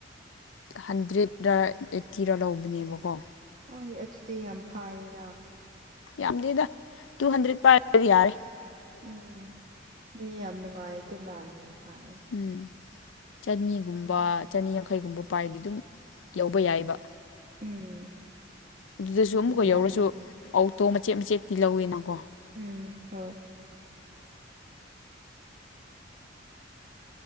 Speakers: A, on the left (about 80°); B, on the right (about 45°).
A: ꯍꯟꯗ꯭ꯔꯦꯗꯔ ꯑꯩꯠꯇꯤꯔ ꯂꯧꯕꯅꯦꯕꯀꯣ
B: ꯍꯩ ꯑꯗꯨꯗꯤ ꯌꯥꯝ ꯐꯥꯏꯌꯦꯅ
A: ꯌꯥꯝꯗꯦꯗ ꯇꯨ ꯍꯟꯗ꯭ꯔꯦꯠ ꯄꯥꯏꯔꯗꯤ ꯌꯥꯔꯦ
B: ꯎꯝ ꯌꯥꯝ ꯅꯨꯡꯉꯥꯏꯗꯅ ꯐꯥꯏꯌꯦ
A: ꯎꯝ ꯆꯅꯤꯒꯨꯝꯕ ꯆꯅꯤ ꯌꯥꯡꯈꯩꯒꯨꯝꯕ ꯄꯥꯏꯔꯗꯤ ꯑꯗꯨꯝ ꯌꯧꯕ ꯌꯥꯏꯕ
B: ꯎꯝ
A: ꯑꯗꯨꯗꯁꯨ
B: ꯑꯗꯨꯗꯤ
A: ꯑꯃꯨꯛꯀ ꯌꯧꯔꯁꯨ
B: ꯌꯥꯏ
A: ꯑꯣꯇꯣ ꯃꯆꯦꯠ ꯃꯆꯦꯠꯇꯤ ꯂꯧꯋꯤꯅꯀꯣ
B: ꯎꯝ ꯍꯣꯏ